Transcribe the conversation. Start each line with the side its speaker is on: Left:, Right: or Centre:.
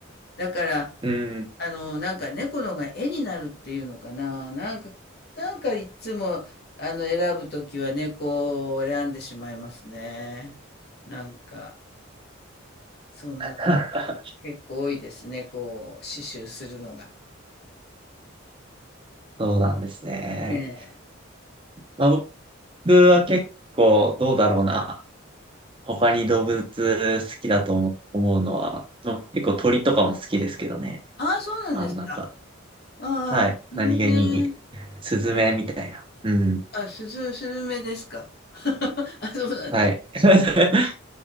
Left: だから、
Right: うん。
Left: あの、なんか猫の方が絵になるっていうのかな。なんか、なんかいつも、あの、選ぶときは猫を選んでしまいますね。なんか、そんな、
Right: <laughs>
Left: 結構多いですね、こう、刺繍するのが。
Right: そうなんですね。
Left: ええ
Right: まあ、僕は結構どうだろうな。他に動物好きだと思思うのは、の結構鳥とかも好きですけどね。
Left: ああ、そうなんですか。
Right: あの、なんか、
Left: ああ、
Right: はい。
Left: スズメね。
Right: 何気に、スズメみたいな。
Left: ね、
Right: うん。
Left: あ、すずスズメですか。<laughs> あ、そうなんだ。
Right: はい。<laughs>